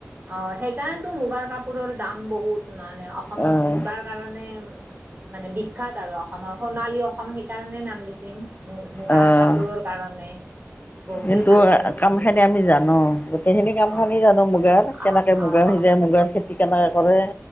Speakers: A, on the right; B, on the left.
A: অ সেইকাৰণেতো মুগাৰ কাপোৰৰ দাম বহুত মানে অসমত
B: অঁ
A: মুগাৰ কাৰণে মানে বিখ্যাত আৰু অসমৰ সোণালী অসম সেইকাৰণে নাম দিচিঙ মু মুগাৰ
B: অঁ
A: কাপোৰৰ কাৰণে বহুতেই
B: কিন্তু
A: ভাল লাগে পিন্ধি
B: কাম খানি আমি জানো গোটেইখিনি
A: অ',
B: কাম খিনি জানো মো <unintelligible> মুগাৰ কেনেকে
A: অ',
B: মুগা
A: অ',
B: হৈ
A: অ', অ',
B: যায় মুগাৰ খেতি কেনেকে কৰে